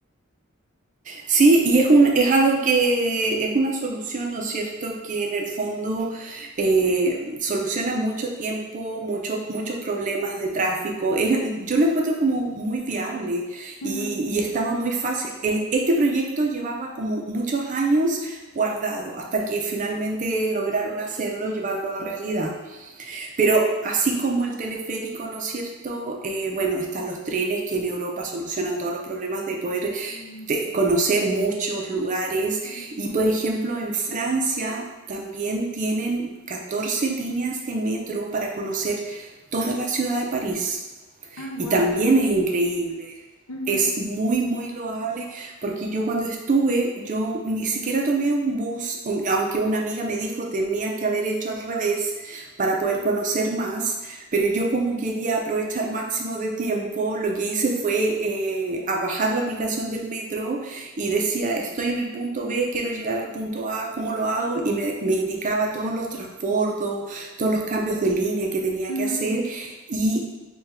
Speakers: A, on the right; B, on the left.
A: sí, y es un, es algo que es una solución, ¿no es cierto?, que en el fondo eh, soluciona mucho tiempo, muchos, muchos problemas de tráfico. Es- yo lo encuentro como muy viable
B: Ujú.
A: y, y estaba muy fácil. Es- este proyecto llevaba como muchos años guardado hasta que finalmente lograron hacerlo, llevarlo a realidad. Pero así como el teleférico, ¿no es cierto? Eh, bueno, están los trenes que en Europa solucionan todos los problemas de poder
B: Mm,
A: de conocer muchos lugares.
B: mm.
A: Y por ejemplo, en Francia también tienen 14 líneas de metro para conocer toda la ciudad de París.
B: Ah,
A: Y
B: wow.
A: también es increíble.
B: Ujú,
A: Es muy, muy loable porque yo cuando estuve, yo ni siquiera tomé un bus, un- aunque una amiga me dijo tenías que haber hecho al revés para poder conocer más, pero yo como quería aprovechar máximo de tiempo, lo que hice fue eh, a bajar la aplicación del metro y decía estoy en el punto B, quiero llegar al punto A, ¿cómo lo hago? Y me, me indicaba todos los transbordos, todos los cambios de línea que tenía
B: ujú.
A: que hacer y